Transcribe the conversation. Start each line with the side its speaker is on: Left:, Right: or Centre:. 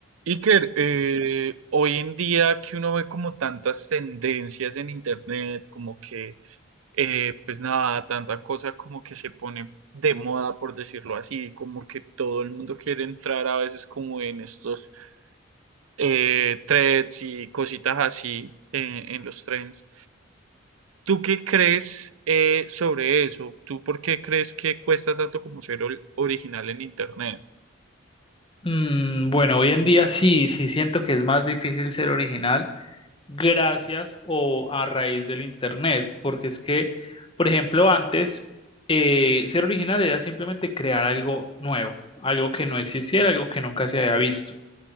Right: Iker, eh, hoy en día que uno ve como tantas tendencias en internet, como que, eh, pues nada, tanta cosa como que se pone de moda, por decirlo así, como que todo el mundo quiere entrar a veces como en estos eh, threads y cositas así eh, en los trends. ¿Tú qué crees eh, sobre eso? ¿Tú por qué crees que cuesta tanto como ser ol- original en internet?
Left: Mm, bueno, hoy en día sí, sí siento que es más difícil ser original gracias o a raíz del internet, porque es que, por ejemplo, antes eh, ser original era simplemente crear algo nuevo, algo que no existiera, algo que nunca se había visto